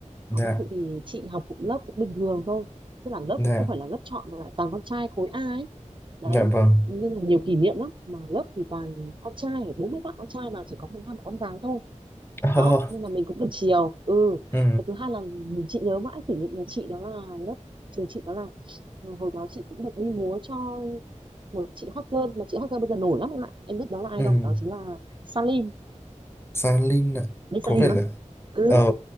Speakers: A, on the left; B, on the right.
A: dạ
B: Hoàng Văn Thụ thì chị học cũng lớp cũng bình thường thôi tức là lớp
A: dạ
B: cũng không phải là lớp chọn mà lại toàn con trai khối A ấy đấy
A: dạ vâng
B: nên là nhiều kỷ niệm lắm mà lớp thì toàn con trai 40 bạn con trai mà chỉ có 12 bạn con gái thôi
A: <laughs>
B: đó
A: ờ,
B: nên là mình cũng được chiều ừ
A: ừ,
B: cái thứ hai là mình chị nhớ mãi kỷ niệm nhà chị đó là lớp trường chị đó là ừ, hồi đó chị cũng được đi múa cho một chị hot girl mà chị hot girl bây giờ nổi lắm em ạ em biết đó là ai
A: ừ.
B: không đó chính là Salim
A: San ạ
B: biết
A: có
B: Salim
A: vẻ là
B: á ừ
A: ờ